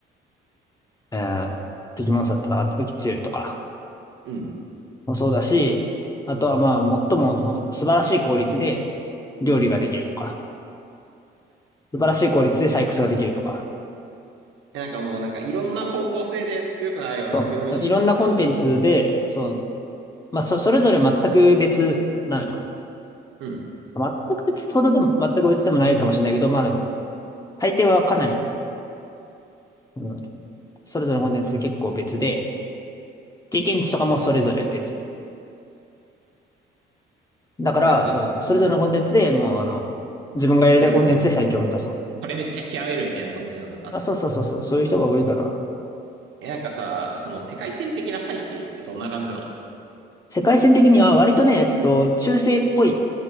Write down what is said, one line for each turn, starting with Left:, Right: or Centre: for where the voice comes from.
Left: えー敵モンスターと戦った時強いとか。
Right: うん。
Left: もそうだし、あとはまあ、最もその素晴らしい効率で料理ができるとか、素晴らしい効率で採掘ができるとか、
Right: え、なんかもう、なんかいろんな方向性で強くなれば何でもいいみたいな感じなのか。
Left: そう、いろんなコンテンツで、そう、まあ、そ、それぞれ全く別なのよ。
Right: うん。
Left: 全く別ほどでも、全く別でもないかもしれないけど、まあでも、大抵はかなり、うん、それぞれのコンテンツ結構別で、経験値とかもそれぞれ別。だから、
Right: なんか、
Left: そう、それぞれのコンテンツでもう、
Right: うん。
Left: あの、自分がやりたいコンテンツで最強を目指そう。
Right: じゃあもう、これめっちゃ極めるみたいな感じなのか。
Left: あ、そうそうそうそう、そういう人が多いかな。
Right: え、なんかさ、その世界線的な背景ってどんな感じなの
Left: 世界線的には割とね、えっと、中世っぽい